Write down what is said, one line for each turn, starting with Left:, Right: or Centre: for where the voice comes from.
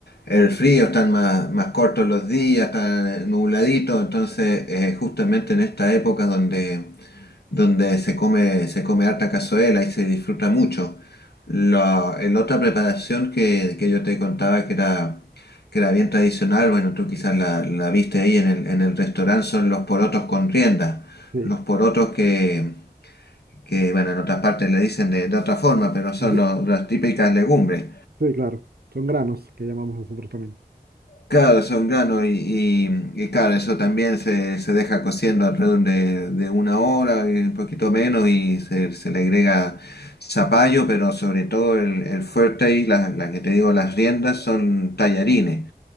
Left: el frío, están más, más cortos los días, están eh, nubladitos, entonces eh, justamente en esta época donde, donde se come, se come harta cazuela y se disfruta mucho. La, el otra preparación que, que yo te contaba que era, que era bien tradicional, bueno, tú quizás la, la viste ahí en el, en el restaurante, son los porotos con rienda.
Right: Sí.
Left: Los porotos que, que bueno, en otras partes le dicen de, de otra forma, pero son
Right: Ujú.
Left: lo- las típicas legumbres.
Right: Sí, claro. Son granos que llamamos nosotros también.
Left: Claro, son granos y, y- y claro, eso también se, se deja cociendo alrededor de, de una hora, y un poquito menos, y se, se le agrega zapallo, pero sobre todo el, el fuerte y las las que te digo, las riendas son tallarines.